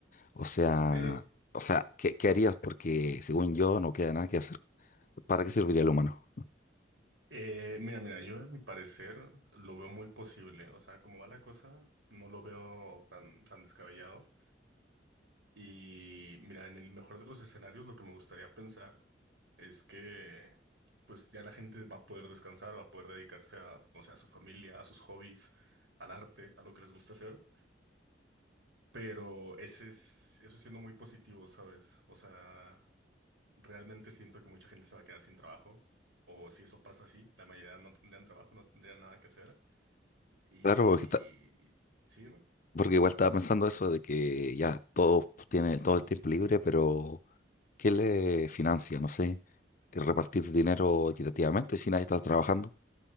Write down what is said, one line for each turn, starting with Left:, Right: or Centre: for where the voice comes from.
Left: O sea,
Right: Eh,
Left: o sea, ¿qué, qué harías? Porque según yo no queda nada que hacer. ¿Para qué serviría el humano?
Right: eh, mira, mira, yo a mi parecer lo veo muy posible. O sea, como va la cosa, no lo veo tan, tan descabellado. Y mira, en el mejor de los escenarios, lo que me gustaría pensar es que pues ya la gente va a poder descansar, va a poder dedicarse a, no sé, a su familia, a sus hobbies, al arte, a lo que les gusta hacer. Pero ese es, eso siendo muy positivo, ¿sabes? O sea, realmente siento que mucha gente se va a quedar sin trabajo, o si eso pasa así, la mayoría no tendrían trabajo, no tendrían nada que hacer. Y...
Left: Claro, porque, está-
Right: y- Sí, dime.
Left: porque igual estaba pensando eso de que ya todos tienen todo el tiempo libre, pero ¿Qué le financia? No sé, el repartir dinero equitativamente si nadie está trabajando.